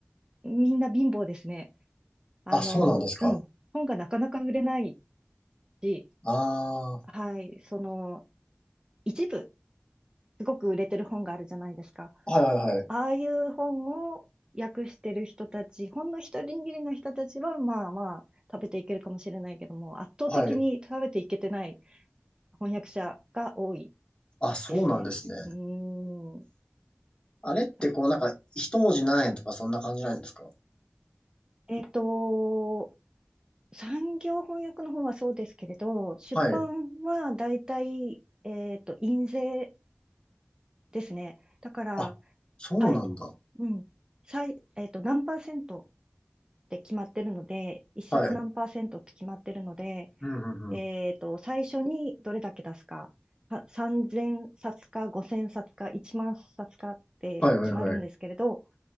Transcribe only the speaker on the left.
あ、そうなんですか。
あ
ー、
はいはいはい。
はい。
あ、そうなんですね。
あれってこうなんか一文字何円とかそんな感じないんですか
はい。
あ、そうなんだ。
はい。うんうんうん。
はいはいはい。